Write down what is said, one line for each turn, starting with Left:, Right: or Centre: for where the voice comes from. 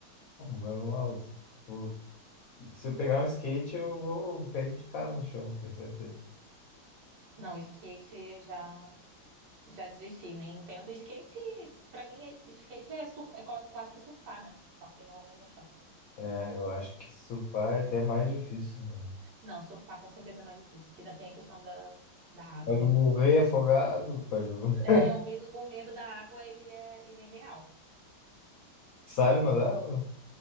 Left: Ah, normal. Tipo, Se eu pegar um skate, eu vou, vou cair de cara no chão, tenho certeza.
Right: <laughs> não, skate eu já já desisti, nem tento. Skate, pra mim, é- skate é, sur, é quase, quase que surfar, né? Só que no, no chão.
Left: É, eu acho que surfar é até mais difícil. Meu.
Right: Não, surfar com certeza é mais difícil, que ainda tem a questão da, da água,
Left: Pode
Right: né?
Left: morrer afogado, pode... <laughs>
Right: É, o medo, o medo da água, ele é, ele é real.
Left: sabe nadar?